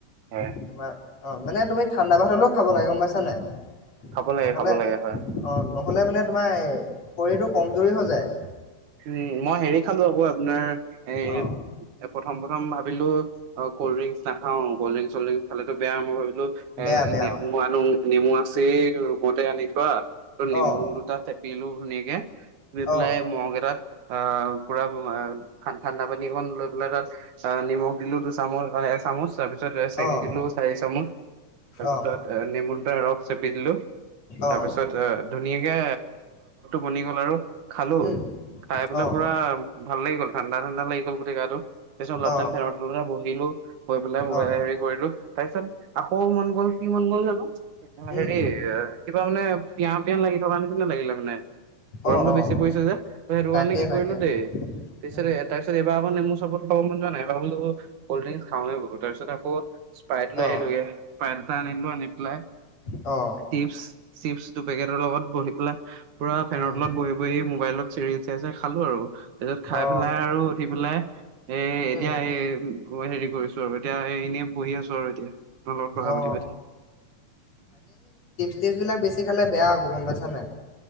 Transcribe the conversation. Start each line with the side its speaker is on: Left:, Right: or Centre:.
Right: হয়
Left: তোমা অ' মানে তুমি ঠাণ্ডা ভাত হলেও খাব লাগে গম পাইছা নাই?
Right: খাব লাগে,
Left: নহ'লে
Right: খাব লাগে হয়।
Left: অ' নহ'লে মানে তোমাৰ শৰীৰটো কমজোৰি হৈ যায়।
Right: উম, মই হেৰি খালো আপোনাৰ এ
Left: অ
Right: এ প্ৰথম, প্ৰথম ভাবিলো অ' কলড্ৰিংছ নাখাও কলড্ৰিং-চলড্ৰিং খালেটো বেয়া মই ভাবিলো
Left: বেয়া
Right: এ
Left: বেয়া
Right: নেমু আৰু নেমু আছে ৰুমতে আনি থোৱা। অ'নেমু
Left: অ
Right: দুটা চেপিলো ধুনীয়াকে দি পেলাই
Left: অ
Right: মগ এটা তাত আহ পুৰা ঠাণ্ডা পানী অকন লৈ পেলাই তাত অ' নিমখ দিলো দিলো চামুচ এ চামুচ তাৰপিছত তাৰপিছত চেনি
Left: অ
Right: দিলো চাৰি চামুচ তাৰপিছত
Left: অ
Right: নেমু দুটা ৰস চেপিটিলো তাৰ
Left: অ
Right: পিছত ধুনীয়াকে বনি গ'ল আৰু খালো
Left: উম
Right: খাই পেলাই
Left: অ
Right: পুৰা ভাল লাগি গ'ল ঠাণ্ডা, ঠাণ্ডা লাগি গল গোটেই গাটো। তাৰিত অলপ
Left: অ
Right: টাইম ফেনৰ তলতে বহিলো, বহি পেলাই মবাই
Left: অ
Right: কৰিলো তাৰ পিছত আকৌ মন গ'ল কি মন গ'ল জানো
Left: উম
Right: হেৰি এ কিবা মানে পিয়াহ পিয়ান লাগি থকা নে কি নে লাগিলে মানে গৰমতটো
Left: অ অ
Right: বেছি পৰিছে যে। ত সেৰুৱানে
Left: তাকে
Right: কি
Left: তাকে
Right: কৰিলো দেই তাৰ পিছ
Left: উম
Right: তাৰপিছত এইবাৰ আকে মোৰ চাপ খাব মন যোৱা নাই এইবাৰ বোলো কল্ড ড্ৰিংক খাওনে বলো তাৰপিছত আকৌ স্প্ৰাইট লৈ
Left: অ
Right: আহিলোগে স্পাইট এটা আনিলো আনি পেলাই
Left: অ',
Right: চিপছ, চিপছ দু পেকেটৰ লগত বহি পেলা পুৰা ফেনৰ
Left: উম
Right: তলত বহি, বহি মোবাইলত চিৰি চ চাই খালো আৰু তাৰ পিছত খাই
Left: অ
Right: পেলাই আৰু উঠি পেলাই এ এতিয়া
Left: উম
Right: এই হেৰি কৰিছো আৰু এতিয়া এনেই বঢহি আছো আৰু এতিয়া। তাৰ লগত পঢ়া
Left: অ
Right: পাতি, পাতি।
Left: টেষ্টবিলাক বেছি খালে বেয়া আকৌ গম পাইছা নাই?